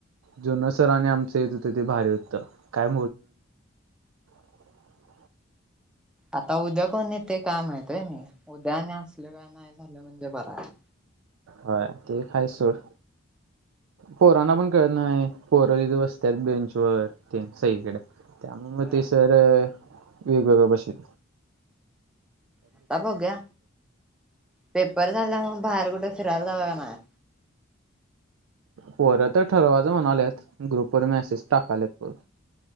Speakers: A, on the right; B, in the centre.
A: जुनं सर आणि आमचं येत होतं ते भारी होतं काय <unintelligible>
B: आता उद्या कोणी येतंय काय माहित होय नाही? उद्या आणि असलं काय नाही झालं म्हणजे बरंय.
A: होय ते हाय सोड. पोरांना पण कळत नाही पोरं इथं बसतात बेंचवर ते सगळीकडे. त्यामुळं म
B: होय
A: ते सर वेगवेगळ्या बशीत.
B: आता बघूया पेपर झाल्यामुळ बाहेर कुठे फिरायला जाता का नाही?
A: पोरं तर ठरवायचं म्हणालेत ग्रुपवर मेसेज टाकाल्यात पोरं.